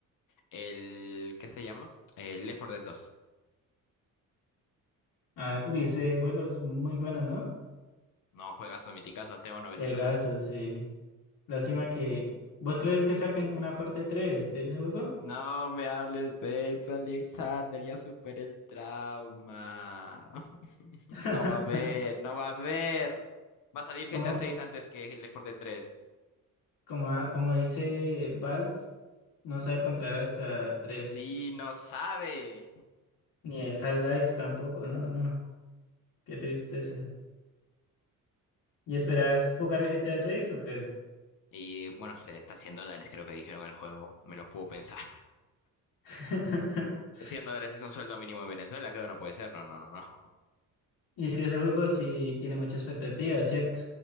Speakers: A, on the left; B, on the left.
A: el, ¿qué se llama? El Left 4 Dead 2.
B: Ah, uy, ese juego es muy bueno, ¿no?
A: No, juegazo, miticazo, tengo 900
B: Juegazo,
A: horas.
B: sí. Lástima que... ¿Vos crees que saquen una parte 3 de ese juego?
A: No me hables de esto, Alexander, ya superé el trauma. <laughs>
B: <laughs>
A: No va a haber, no va a haber. Va a salir G
B: Como,
A: T a 6 antes que el Left 4 Dead 3.
B: como, ah, como dice Valve, no sabe contar hasta tres
A: Sí, no sabe.
B: Ni el Half-Life tampoco, no, no, no. Qué tristeza. ¿Y esperás jugar el GTA seis o qué?
A: Y bueno, se está a dólares, creo que dijeron el juego. Me lo puedo pensar.
B: <laughs>
A: <laughs> 100 dólares es un sueldo mínimo en Venezuela, creo, no puede ser. No, no, no, no.
B: Y es que ese juego sí tiene mucha expectativa, ¿cierto?